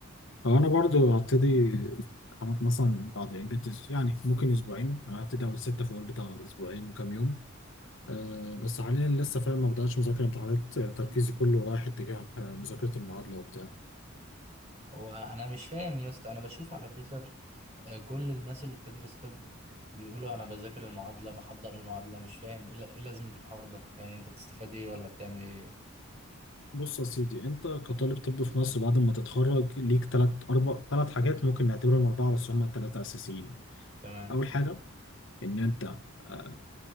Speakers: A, on the left; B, on the right.
A: هو انا برضو هبتدي امتحانات مثلا بعد يعني بت- يعني ممكن اسبوعين انا هبتدي اول ستة في اول بتاع اسبوعين وكام يوم أه بس حاليا لسه فاهم ما بداتش مذاكره امتحانات آه، تركيزي كله رايح اتجاه آه، مذاكره المعادله وبتاع
B: هو انا مش فاهم يا اسطى انا بشوف على تويتر آه، كل الناس اللي بتدرس طب بيقولوا انا بذاكر المعادله بحضر المعادله مش فاهم ايه ل- إيه لازمه الحوار ده يعني انت بتستفاد ايه ولا بتعمل ايه
A: بص يا سيدي انت كطالب طب في مصر بعد ما تتخرج ليك ثلاث اربع ثلاث حاجات ممكن نعتبرهم اربعه بس هم الثلاثه اساسيين
B: تمام
A: اول حاجه ان انت آه،